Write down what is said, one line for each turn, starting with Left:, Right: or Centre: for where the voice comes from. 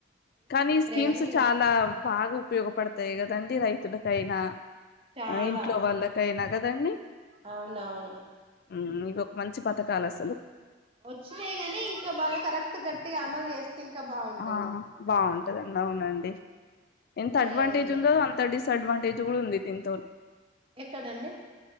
Left: కానీ ఈ స్కీమ్స్
Right: గాని
Left: చాలా బాగా ఉపయోగపడతాయి కదండి రై తులకైనా
Right: చాలా
Left: ఆ ఇంట్లో వాళ్ళకైనా దండి
Right: అవునవును
Left: ఉ ఇవి ఒక మంచి పథకాలు అసలు
Right: వచ్చినాయి గని ఇంకా వాళ్ళు కరెక్ట్ గట్టిగా అమలు చేస్తే ఇంకా బాగుంటది
Left: ఆ బాగుంటది అవునండి ఎంత
Right: చేయడంలే
Left: అడ్వాంటేజ్ ఉందో అంత డిస్ డిస్ అడ్వాంటేజ్ కూడ ఉంది దింతోని
Right: ఎక్కడండి